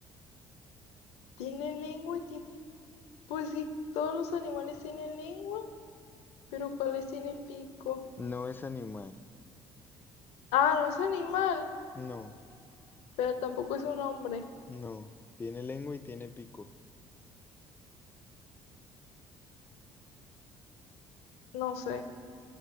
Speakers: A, on the left; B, on the left.
A: Tiene lengua y tiene... Pues sí, todos los animales tienen lengua, pero ¿cuáles tienen pico?
B: No es animal.
A: Ah, no es animal,
B: No,
A: pero tampoco es un hombre.
B: no. Tiene lengua y tiene pico.
A: No sé.